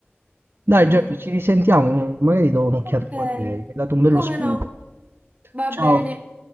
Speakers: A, on the right; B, on the right.
A: Dai
B: eh,
A: Giorgio, ci risentiamo, magari do un'occhiata
B: Ok,
A: quando hai. Mi hai dato un bello
B: come
A: spunto.
B: no? Va
A: Ciao.
B: bene.